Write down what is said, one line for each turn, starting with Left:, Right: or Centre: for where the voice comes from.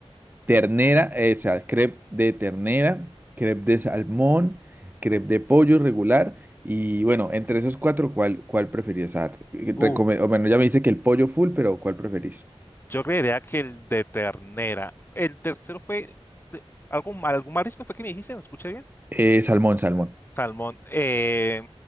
Right: ternera, eh, o sea, crepe de ternera, crepe de salmón, crepe de pollo regular. Y bueno, entre esos cuatro, ¿cuál, cuál preferís? Ah, recome-
Left: Uh,
Right: o bueno, ya me dice que el pollo full, pero ¿cuál preferís?
Left: yo creería que el de ternera. El tercero fue de- algún, algún marisco fue que me dijiste, ¿no escuché bien?
Right: Eh, salmón, salmón.
Left: Salmón. eh,